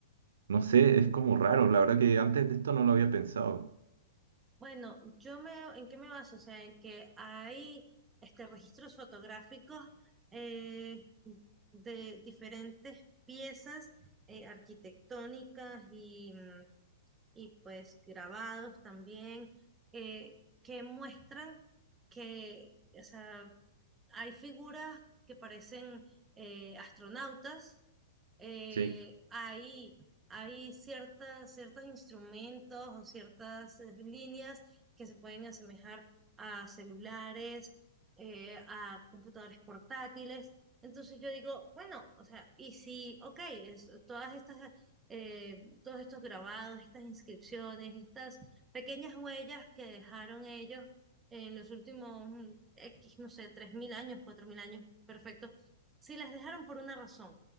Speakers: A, on the right; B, on the right.
A: No sé, es como raro, la verdad que antes de esto no lo había pensado.
B: Bueno, yo me, ¿en qué me baso? O sea, en que hay este, registros fotográficos eh, de diferentes piezas eh, arquitectónicas y, mm, y pues grabados también eh, que muestran que, o sea, hay figuras que parecen eh, astronautas eh,
A: Sí.
B: hay, hay ciertas, ciertos instrumentos o ciertas eh, líneas que se pueden asemejar a celulares, eh, a computadores portátiles. Entonces yo digo, bueno, o sea, y si, ok, es- todas estas, eh, todos estos grabados, estas inscripciones, estas pequeñas huellas que dejaron ellos en los últimos mm, X, no sé, 3.000 años, 4.000 años, perfecto, si las dejaron por una razón.